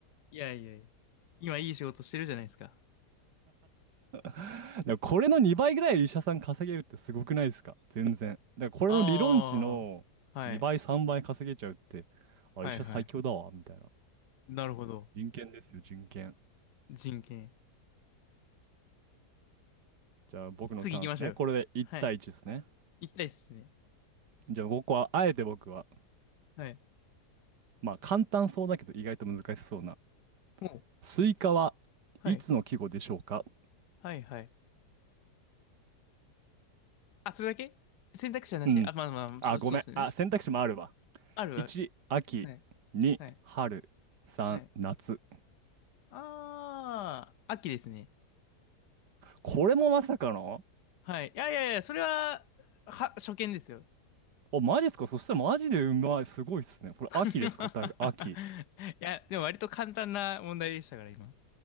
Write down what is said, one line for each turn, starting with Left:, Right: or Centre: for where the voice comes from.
Left: いやいやいや。今いい仕事してるじゃないですか。
Right: <laughs> でもこれの2倍ぐらい医者さん稼げるってすごくないですか全然。だからこれの理論値の2倍、
Left: ああ、はい。
Right: 3倍稼げちゃうって、あ、
Left: はいはい。
Right: 医者最強だわ、みたいな。
Left: なるほど。
Right: 人権ですよ、人権。
Left: 人権。
Right: じゃあ僕のターンですね。
Left: 次行きましょう。
Right: これで1対1ですね。
Left: はい。行きたいっすね。
Right: じゃあここは、あえて僕は、
Left: はい。
Right: まあ簡単そうだけど意外と難しそうな。
Left: もう、
Right: スイカは
Left: はい。
Right: いつの季語でしょうか
Left: はいはい。あ、それだけ選択肢はなし。
Right: うん。
Left: あ、まあまあ、
Right: あ、
Left: そ、
Right: ごめん。
Left: そうですよね。
Right: あ、選択肢もあるわ。
Left: あるある。
Right: 1、秋。
Left: はい。
Right: 2、
Left: はい。
Right: 春。3、
Left: はい。
Right: 夏。
Left: ああ、秋ですね。
Right: これもまさかの
Left: はい。いやいやいや、それは、は、初見ですよ。
Right: お、マジっすかそしたらマジでうまい。すごいっすね。これ秋です、
Left: <laughs>
Right: 答えが。秋。
Left: いや、でも割と簡単な問題でしたから、今。